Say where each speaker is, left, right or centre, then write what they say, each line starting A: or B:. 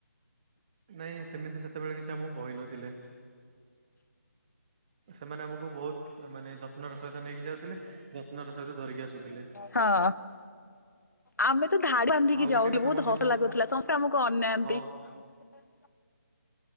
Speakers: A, on the right; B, on the left.
A: ନାଇଁ ସେମିତି ସେତେବେଳେ କିଛି ଆମକୁ କହିନଥିଲେ। ସେମାନେ ଆମକୁ ବହୁତ ମାନେ ଯତ୍ନର ସହ ହିତ ନେଇକି ଯାଉଥିଲେ ଯତ୍ନର ସହିତ ଧରିକି ଆସୁଥିଲେ।
B: ହଁ। ଆମେ ତ ଧାଡ଼ି ବାନ୍ଧିକି
A: ଆଉ
B: ଯାଉଥିଲୁ
A: ଗୋଟେ କଥା
B: ବହୁତ
A: ମନେ
B: ହସ
A: ଅଛି ଆମର
B: ଲାଗୁଥିଲା, ସମସ୍ତେ ଆମକୁ ଅନାନ୍ତି।
A: ହଁ
B: ହ କ